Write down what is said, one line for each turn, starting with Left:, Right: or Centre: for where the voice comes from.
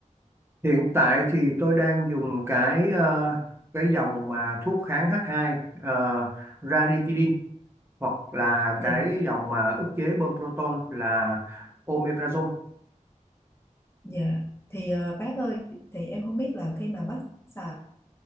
Right: Hiện tại thì tôi đang dùng cái ờ, cái dòng mà thuốc kháng h hai uh, ranitidine hoặc là
Left: dạ
Right: cái dòng mà ức chế bơm proton là omeprazole.
Left: dạ thì ờ, bác ơi thì em không biết là khi mà bác xài